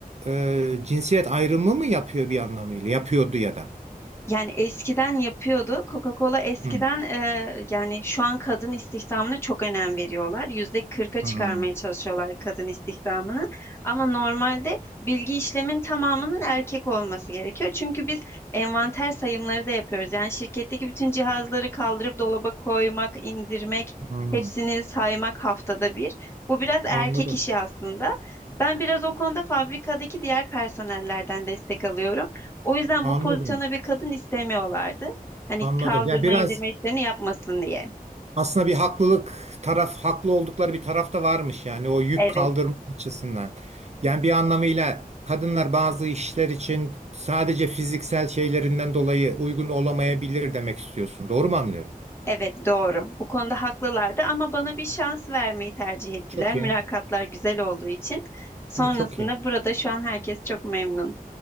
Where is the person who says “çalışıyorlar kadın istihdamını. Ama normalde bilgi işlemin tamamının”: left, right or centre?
Left